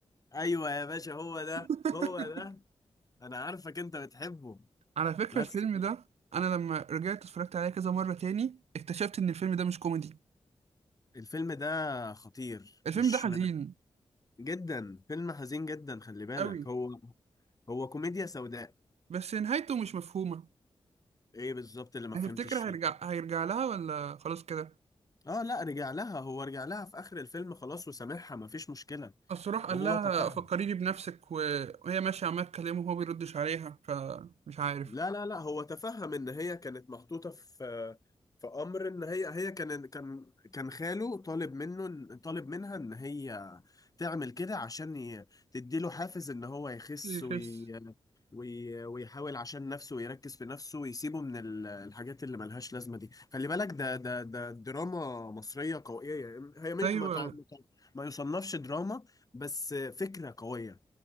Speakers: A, on the left; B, on the right.
A: ايوه يا باشا هو ده
B: <laughs>
A: هو ده انا عارفك انت بتحبه
B: على فكرة
A: بس
B: الفيلم ده انا لما رجعت اتفرجت عليه كذا مرة تاني اكتشفت ان الفيلم ده مش كوميدي
A: الفيلم ده خطير
B: الفيلم
A: مش
B: ده حزين
A: م- جدا فيلم حزين جدا خلي بالك
B: قوي
A: هو هو كوميديا سوداء
B: بس نهايته مش مفهومة
A: ايه بالظبط اللي ما
B: هتفتكر
A: فهمتش فيه
B: هيرجع هيرجع لها ولا خلاص كده
A: اه لا رجع لها هو رجع لها في اخر الفيلم خلاص وسامحها ما فيش مشكلة
B: بس راح قال
A: وهو
B: لها
A: تفهم
B: فكريني بنفسك و- وهي ماشية عمالة تكلمه وهو بيردش عليها فمش عارف
A: لا لا لا هو تفهم ان هي كانت محطوطه في في امر ان هي هي كان كان كان خاله طالب منه طالب منها ان هي تعمل كده عشان ي- تديله حافز ان هو يخس
B: يخس
A: وي وي ويحاول عشان نفسه ويركز في نفسه ويسيبه من ال- الحاجات اللي ملهاش لازمه دي خلي بالك ده ده ده دراما مصريه قويه يعني هي ما
B: أيوة
A: ما تع- ما تع- ما يصنفش دراما بس فكره قويه